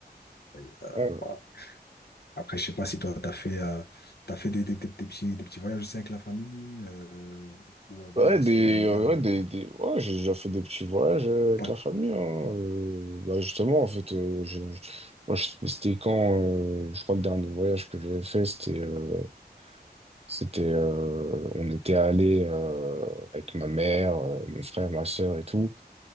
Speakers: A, on the left; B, on the right.
A: Et, euh,
B: Ouais,
A: voilà. Après, je sais pas si toi, tu as fait, euh, t'as fait des, des, des- des petits, des petits voyages aussi avec la famille, euh, ou euh, voilà,
B: ouais,
A: est-ce
B: des,
A: que tu aimes bien.
B: euh, ouais, des, des- ouais, j'ai déjà fait des petits voyages euh, avec
A: Pas,
B: la famille. hein,
A: ouais.
B: euh, bah, justement, en fait, euh, je- je- moi, je- c'était quand, euh, je crois, le dernier voyage que j'avais fait, c'était. euh, C'était, euh, on était allé euh, avec ma mère, euh, mon frère, ma sœur et tout.